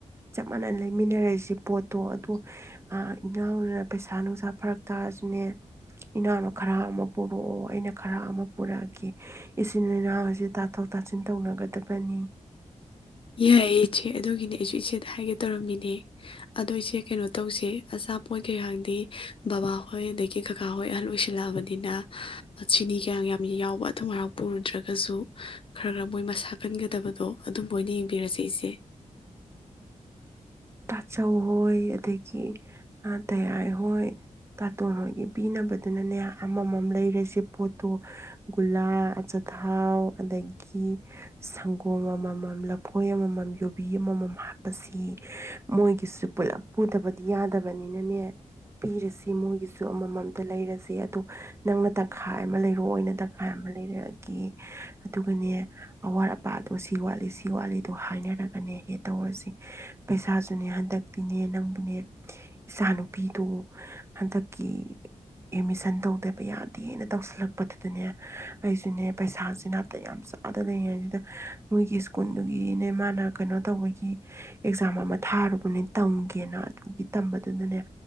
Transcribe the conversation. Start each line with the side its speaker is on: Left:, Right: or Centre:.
Right: ꯆꯞ ꯃꯥꯟꯅꯅ ꯂꯩꯃꯤꯟꯅꯔꯛꯏꯁꯦ ꯄꯣꯠꯇꯣ ꯑꯗꯣ ꯏꯉꯎꯅꯅ ꯄꯩꯁꯥ ꯅꯨꯡꯁꯥ ꯐꯔꯛ ꯇꯥꯔꯁꯨꯅꯦ ꯏꯅꯥꯎꯅꯨ ꯈꯔ ꯑꯃ ꯄꯨꯔꯛꯑꯣ ꯑꯩꯅ ꯈꯔ ꯑꯃ ꯄꯨꯔꯛꯑꯒꯦ ꯏꯆꯤꯟ ꯏꯅꯥꯎꯁ ꯇꯥꯊꯣꯛ ꯇꯥꯁꯤꯟ ꯇꯧꯅꯒꯗꯕꯅꯤ
Left: ꯌꯥꯏ ꯏꯆꯦ ꯑꯗꯨꯒꯤꯅꯦ ꯑꯩꯁꯨ ꯏꯆꯦꯗ ꯍꯥꯏꯒꯦ ꯇꯧꯔꯝꯃꯤꯅꯦ ꯑꯗꯣ ꯏꯆꯦ ꯀꯩꯅꯣ ꯇꯧꯁꯦ ꯑꯆꯥꯄꯣꯠ ꯀꯩꯀꯥꯡꯗꯤ ꯕꯕꯥꯍꯣꯏ ꯑꯗꯒꯤ ꯀꯀꯥ ꯍꯣꯏ ꯑꯍꯜ ꯑꯣꯏꯁꯜꯂꯛꯑꯕꯅꯤꯅ ꯆꯅꯤ ꯀꯌꯥꯝ ꯌꯥꯝꯃꯤ ꯌꯥꯎꯕ ꯑꯊꯪ ꯍꯔꯥꯛꯄ ꯅꯠꯇ꯭ꯔꯒꯁꯨ ꯈꯔ ꯈꯔ ꯃꯣꯏ ꯃꯁꯥ ꯀꯟꯒꯗꯕꯗꯣ ꯃꯣꯏꯅ ꯌꯦꯡꯕꯤꯔꯁꯦ ꯏꯆꯦ
Right: ꯇꯥꯆꯧ ꯍꯣꯏ ꯑꯗꯒꯤ ꯇꯌꯥꯥꯏ ꯍꯣꯏ ꯇꯥꯇꯣꯟ ꯍꯣꯏꯒꯤ ꯄꯤꯅꯕꯗꯨꯅꯅꯦ ꯑꯃꯃꯝ ꯂꯩꯔꯁꯦ ꯄꯣꯠꯇꯣ ꯒꯨꯜꯂꯥ ꯑꯆꯥꯊꯥꯎ ꯑꯗꯒꯤ ꯁꯪꯒꯣꯝ ꯑꯃꯃꯝ ꯂꯐꯣꯏ ꯑꯃꯃꯝ ꯌꯨꯕꯤ ꯑꯃꯃꯝ ꯍꯥꯞꯄꯁꯤ ꯃꯣꯏꯒꯤꯁꯨ ꯄꯨꯗꯕꯗꯤ ꯌꯥꯗꯕꯅꯤꯅꯅꯦ ꯄꯤꯔꯁꯤ ꯃꯣꯏꯒꯤꯁꯨ ꯑꯃꯃꯝꯇ ꯂꯩꯔꯁꯦ ꯑꯗꯣ ꯅꯪꯅ ꯇꯪꯈꯥꯏ ꯑꯃ ꯂꯩꯔꯣ ꯑꯣꯏꯅ ꯇꯪꯈꯥꯏ ꯑꯃ ꯂꯩꯔꯛꯑꯒꯦ ꯑꯗꯨꯒꯅꯦ ꯑꯋꯥꯠ ꯑꯄꯥꯗꯣ ꯁꯤ ꯋꯥꯠꯂꯤ ꯁꯤ ꯋꯥꯠꯂꯤꯗꯣ ꯍꯥꯏꯅꯔꯒꯅꯦ ꯍꯦ ꯇꯧꯔꯁꯤ ꯄꯩꯁꯥꯁꯨ ꯑꯗꯨꯨꯅꯦ ꯍꯟꯗꯛꯇꯤꯅꯦ ꯅꯪꯕꯨꯅꯦ ꯏꯆꯥ ꯅꯨꯨꯄꯤꯗꯨꯣ ꯍꯟꯗꯛꯀꯤ ꯑꯦꯠꯃꯤꯁꯟ ꯇꯧꯗꯕ ꯌꯥꯗꯦꯅ ꯇꯧꯁꯜꯂꯛꯄꯗꯨꯗꯅꯦ ꯑꯩꯁꯨꯅꯦ ꯄꯩꯁꯥꯁꯤ ꯅꯥꯇ ꯌꯥꯝ ꯆꯥꯗꯅ ꯂꯩꯔ ꯑꯗꯨꯗ ꯃꯣꯏꯒꯤ ꯁ꯭ꯀꯨꯜꯗꯨꯒꯤꯅꯦ ꯃꯥꯅ ꯀꯩꯅꯣ ꯇꯧꯕꯒꯤ ꯑꯦꯛꯖꯥꯝ ꯑꯃ ꯊꯥꯔꯨꯕꯅꯤ ꯇꯝꯒꯦꯅ ꯑꯗꯨꯒꯤ ꯇꯝꯕꯗꯨꯅꯅꯦ